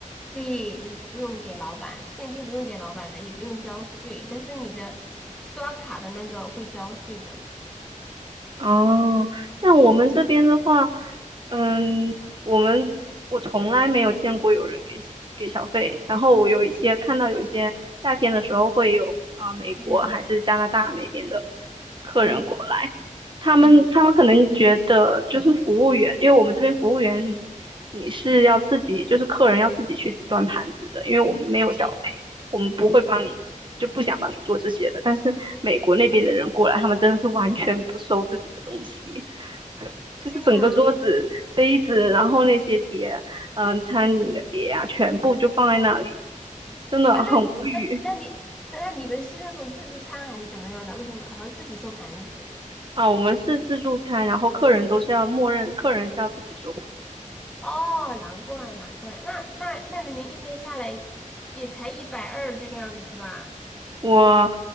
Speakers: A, in the centre; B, on the right (about 35°).
A: 所以你就不用给老板，现金不用给老板的，也不用交税，但是你的刷卡的那个会交税的。
B: 哦，像我们这边的话，嗯，
A: 嗯
B: 我们我从来没有见过有人给给小费，然后我有一些看到有一些夏天的时候会有啊、美国还是加拿大那边的。
A: 嗯
B: 客人
A: 嗯
B: 他们他们可能觉得就是服务员，
A: 嗯，
B: 因为我们这边服务员你你是要自己，就是客人要自己去端盘子的，因为我们没有小费，
A: 对，
B: 我们不会帮你，
A: 嗯，
B: 就不想帮你做这些的。但是美国那边的人过来，他们真的是完全不收自己的东西，就是整个桌子、
A: 对呀，
B: 杯子，然后那些碟，嗯、餐饮的碟啊，全部就放在那里，真的很无语
A: 啊，那你那那你那那你们是那种自助餐还是怎么样的？为什么哦自己收盘子？
B: 啊。我们是自助餐，然后客人都是要默认，客人是要自己收
A: 哦，难怪难怪，那那那你们一天下来也才一百二这个样子是吧？
B: 我，